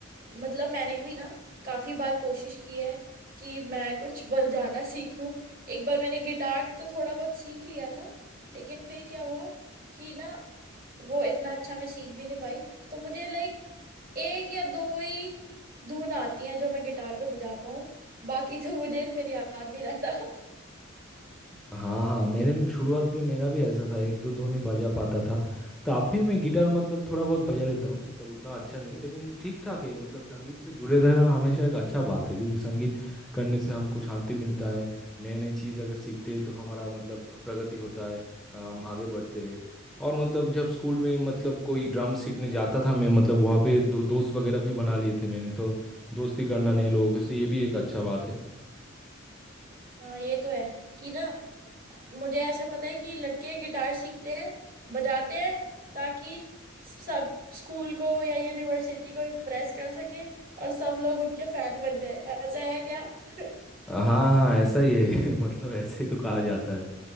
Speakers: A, on the right; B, in the centre.
A: मतलब मैंने भी ना काफी बार कोशिश की है कि मैं कुछ बजाना सीखूं एक बार मैंने गिटार तो थोड़ा बहुत सीख लिया था लेकिन फिर क्या हुआ कि ना वो इतना अच्छा मैं सीख भी नहीं पाई तो मुझे लाइक एक या दो ही धुन आती हैं जो मैं गिटार पे बजा पाऊं बाकी तो मुझे फिर याद नहीं रहता <laughs>
B: हाँ हाँ मेरे शुरुआत में मेरा भी ऐसा था एक दो धुन ही बजा पाता था तो अब भी मैं गिटार मतलब थोड़ा बहुत बजा लेता हूँ मतलब उतना अच्छा नहीं लेकिन ठीक ठाक है मतलब संगीत से जुड़े रहना हमेशा एक अच्छा बात है क्योंकि संगीत करने से हमको शांति मिलता है नए नए चीज़ अगर सीखते हैं तो हमारा मतलब प्रगति होता है हम आगे बढ़ते हैं और मतलब जब स्कूल में मतलब कोई ड्रम सीखने जाता था मैं मतलब वहाँ पे दो, दोस्त वगैरह भी बना लिए थे मैंने तो दोस्ती करना नए लोगों से ये भी एक अच्छा बात है
A: हाँ ये तो है कि ना मुझे ऐसा पता है कि लड़के गिटार सीखते हैं बजाते हैं ताकि सब स्कूल को या यूनिवर्सिटी को इम्प्रेस कर सके और सब लोग उनके फैन बन जाए ऐसा है क्या <laughs>
B: हाँ हाँ ऐसा ही है <laughs> मतलब ऐसा ही तो कहा जाता है